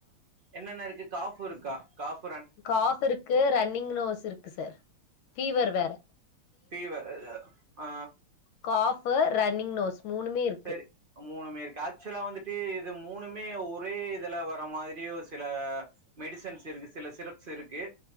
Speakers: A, on the right; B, on the left.
A: என்னென்ன இருக்கு ஃகாப் இருக்கா ஃகாப்
B: காஃப் இருக்கு ரன்னிங் நோஸ் இருக்கு சார் ஃபீவர் வேற
A: ஃபீவர் ஆ
B: காஃப் ரன்னிங் நோஸ் மூணுமே இருக்கு
A: சரி மூணுமே இருக்கு ஆக்சுவலா வந்துட்டு இது மூணுமே ஒரே இதுல வர்ற மாரியு சில மெடிசன்ஸ் இருக்கு சில சிரப்ஸ் இருக்கு